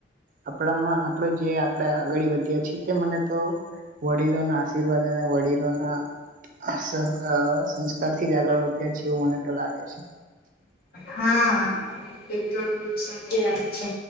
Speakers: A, on the right; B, on the left.
A: આપણામાં આપડો જે આપણે આગળ વધ્યા છીએ તે મને તો વડીલોના આશીર્વાદ અને વડીલોના <unintelligible> થી આગળ વધ્યા છે એવું મને તો લાગે છે.
B: હા. એ તો સાચી વાત છે